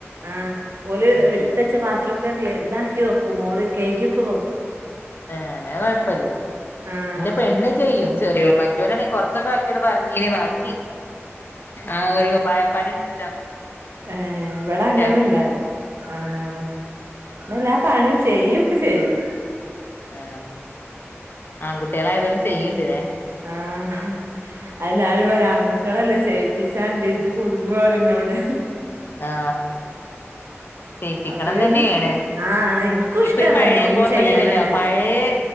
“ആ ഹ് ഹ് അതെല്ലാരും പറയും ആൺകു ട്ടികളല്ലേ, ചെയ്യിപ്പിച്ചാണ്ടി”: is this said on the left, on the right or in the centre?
Right